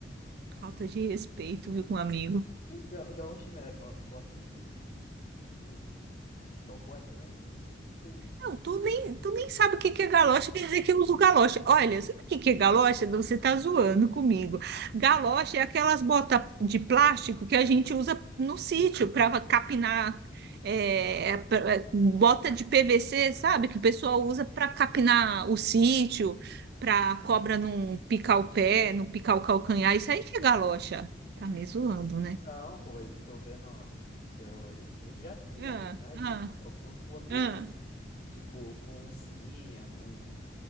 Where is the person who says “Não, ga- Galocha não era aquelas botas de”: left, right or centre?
Left